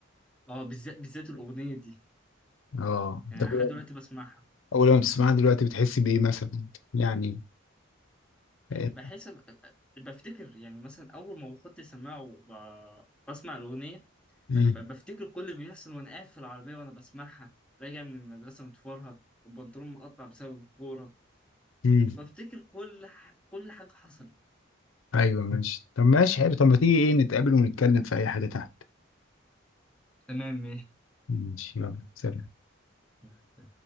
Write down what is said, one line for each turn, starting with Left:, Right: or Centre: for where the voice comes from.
Centre: اه بالذات بالذات الاغنيه دي
Left: اه
Centre: يعني
Left: طب
Centre: أنا لحد
Left: و-
Centre: دلوقتي بسمعها
Left: اول ما بتسمعها دلوقتي بتحس بايه مثلا يعني
Centre: أه،
Left: إيه؟
Centre: بحس أه، أه، بفتكر يعني مثلا اول ما بحط سماعه وب- بسمع الاغنيه
Left: مم.
Centre: ب- بفتكر كل اللي بيحصل وانا قاعد في العربيه وانا بسمعها راجع من المدرسه متفرهد والبنطلون مقطع بسبب الكوره
Left: مم.
Centre: بفتكر كل ح... كل حاجه حصلت
Left: ايوه ماشي طب ماشي حلو طب ما تيجي ايه نتقابل ونتكلم في اي حاجه تحت
Centre: تمام
Left: ماشي يلا سلام
Centre: ماشي